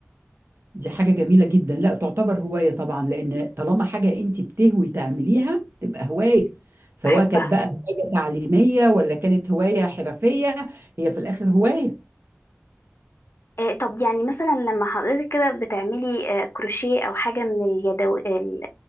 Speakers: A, on the right (about 60°); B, on the left (about 60°).
A: دي حاجة جميلة جدا لا تعتبر هواية طبعا لأن طالما حاجة أنت بتهوي تعمليها تبقى هواية سواء
B: بحبها
A: كانت بقى هواية تعليمية ولا كانت هواية حرفية هي في الآخر هواية
B: آه، طب يعني مثلا لما حضرتك كده بتعملي آه، كروشيه او حاجه من اليدو... ال-